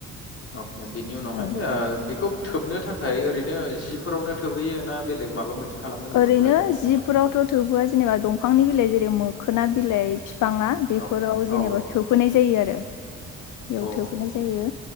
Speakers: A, on the left (about 50°); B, on the left (about 80°).
A: अ। केमपिननि उनावहाय
B: ओं
A: ओ बेखौ थोबनो थाखाय ओरैनो जिफोरावनो थोबहैयो ना बेलेग माबा मोनसे खालामो होनदोंमोन
B: ओरैनो
A: दहायो
B: जिफोरावथ'
A: मोखोना
B: थोहोआ जेनेबा दंफांनि बिलाइ जेरै मब खोना बिलाय। फिफाङा बेफोराव
A: औ औ
B: जेनेबा
A: औ
B: थोफोनाय जायो आरो बेयाव
A: अ
B: थोबहोनाय जायो